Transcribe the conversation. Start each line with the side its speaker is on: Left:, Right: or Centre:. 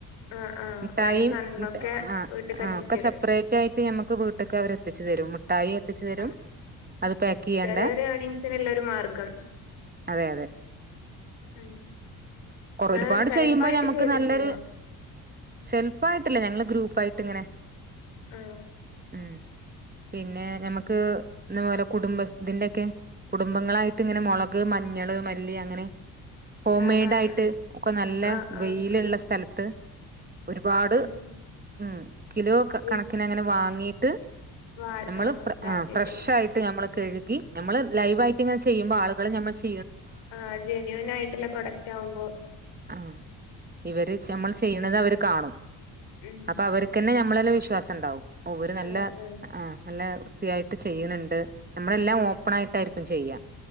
Left: ആഹ് ആഹ്
Right: മിഠായും
Left: വേണ്ട സാധനങ്ങളൊക്കെ
Right: ആഹ്
Left: വീട്ട്ക്ക് എത്തിച്ചരും
Right: ആഹ് ഒക്കെ സെപ്പറേറ്റ് ആയിട്ട് ഞമ്മക്ക് വീട്ടക്കെ അവര് എത്തിച്ച് തരും മുട്ടായി എത്തിച്ചു തരും
Left: ആ
Right: അത് പാക്ക് ചെയ്യേണ്ട
Left: ചെറിയറിയ എർണിങ്സ് ഇല്ല ഒരു മാർഗം
Right: അതെ
Left: ഉം
Right: കുറ
Left: നിങ്ങള്
Right: ഒരുപാട്
Left: സെൽഫായിട്ട്
Right: ചെയ്യുപ്പോൾ ഞമ്മുക്ക്
Left: ചെയ്തിട്ടുണ്ടോ
Right: നല്ലൊരു സെൽഫ് ആയിട്ടില്ല ഞങ്ങള് ഗ്രൂപ്പായിട്ട് ഇങ്ങനെ
Left: ആഹ്
Right: ഉം പിന്നെ ഞമുക്ക് ഇതുപോലെ കുടുംബ ഇതിന്റക്കെ കുടുംബങ്ങളായിട്ട് ഇങ്ങനെ മുളക് മഞ്ഞള് മല്ലി അങ്ങനെ ഹോം
Left: ആഹ്
Right: മെയ്ഡ്
Left: ആഹ്
Right: ആയി
Left: ആഹ്
Right: ട്ട് ഒക്കെ നല്ല
Left: ആഹ് ആഹ്
Right: വെയിലുള്ള
Left: ആഹ്
Right: സ്ഥലത്ത് ഒരുപാട്
Left: ഉം
Right: ഉ കിലോ
Left: വി
Right: കണക്കിന് അങ്ങനെ വാങ്ങി ട്ട്
Left: വാ
Right: നമ്മള്
Left: ആഹ്
Right: ഫ്ര
Left: ഇതാക്കിയിട്ടില്ലേ
Right: അ ഫ്രഷായിട്ട് ഞമ്മള് കഴുകി നമ്മള് ലൈവായിട്ട് ഇങ്ങനെ ചെയ്യുമ്പോ ആളുകള് നമ്മള്ച്ച്
Left: ആ ജെന്യുവിൻ ആയിട്ടുള്ള പ്രൊഡക്റ്റ് ആവുമ്പോ
Right: ആ ഇവര്ച്ചാ നമ്മൾ ചെയ്യണത് അവര് കാണും
Left: ഉം
Right: അപ്പ അവര്ക്കന്നെ ഞമ്മളെലെ വിഷ് ശ്വാസം ഉണ്ടാവും. ഓര് നല്ല
Left: ആഹ് ആഹ്
Right: ആഹ്‌ നല്ല ത്തിയായിട്ട് ചെയ്യ്ണ് ണ്ട് നമ്മളെല്ലാം ഓപ്പൺ ആയിട്ടായിരിക്കും ചെയ്യാ.